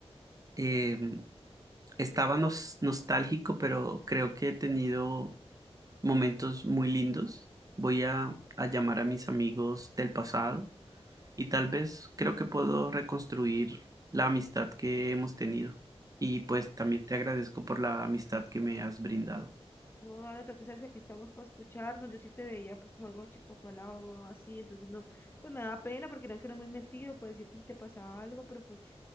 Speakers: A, on the right; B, on the left.
A: eh, estaba
B: <laughs> Dime,
A: nos- nostálgico, pero creo que he tenido momentos muy lindos. Voy a, a llamar a mis amigos del pasado y tal vez creo que puedo reconstruir la amistad que hemos tenido. Y pues también
B: no,
A: te agradezco por la amistad que me has brindado.
B: no, ahora tú sabes que aquí estamos para escucharnos, yo sí te veía pues como algo chico palado así, entonces no, pues me daba pena porque eran que no muy metido, para decirte si te pasaba algo, pero pues